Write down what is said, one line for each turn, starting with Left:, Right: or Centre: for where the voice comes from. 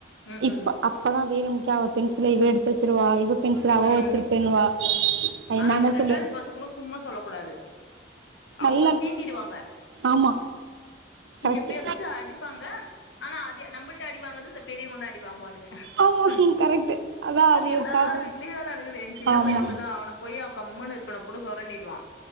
Left: ம்
Right: இப்ப
Left: ம்
Right: அப்பதா வேணும்க்கே அவ பென்சில இவ எடுத்து வச்சிருவா இவ பென்சில அவ
Left: ம்
Right: வச்சிருப்பேன்னுவா அது
Left: ஆனா
Right: நா
Left: இந்த
Right: தா
Left: ரெண்டாது
Right: சொல்லுவே
Left: பசங்களு சும்மா சொல்லக் கூடாது அவங்க
Right: நல்லா
Left: சீண்டிடுவாங்க
Right: ஆமா கரெக்ட்
Left: இங்க பெருச அடிப்பாங்க ஆனா அது நம்மள்ட்ட அடிவங்கறது இந்த பெரியவங்கதா அடி வாங்குவானுங்க
Right: ஆமா
Left: ம்
Right: கரெக்ட் அதா
Left: அது எல்லாரு
Right: எ பாப்பா
Left: வீட்லயு தா நடக்குது ஏ சின்ன
Right: ஆமா
Left: பையே அப்டிதா அவன போய் அவ கம்ன்னு இருக்கனு கூட சொரண்டிடுவா